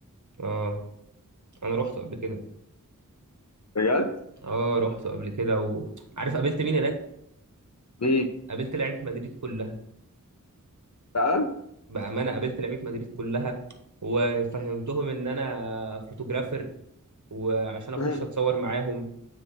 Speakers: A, on the right; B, on the left.
A: اه انا رحت قبل كده
B: بجد؟
A: اه رحت قبل كده وعارف قابلت مين هناك
B: مين؟
A: قابلت لعيبه مدريد كلها
B: فعلا؟
A: بامانه قابلت لعيبه مدريد كلها وفهمتهم ان انا فوتوغرافر وعشان اخش
B: <laughs>
A: اتصور معاهم